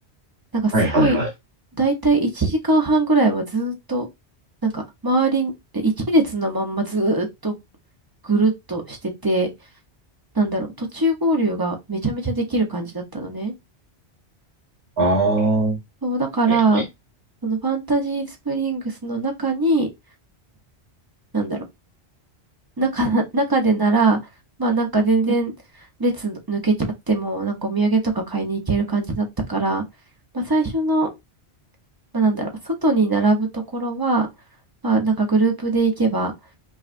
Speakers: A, on the right; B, on the right.
A: なんかすごい、
B: はいはいはい。
A: 大体1時間半ぐらいはずーっと、なんか周りに、一列のまんまずーっとぐるっとしてて、なんだろう、途中合流がめちゃめちゃできる感じだったのね。
B: あー、
A: そう、だから、
B: はいはい。
A: そのファンタジースプリングスの中に、なんだろう中、<laughs> 中でなら、まあなんか全然列抜けちゃっても、なんかお土産とか買いに行ける感じだったから、まあ最初の、まあなんだろう、外に並ぶところは、まあなんかグループで行けば、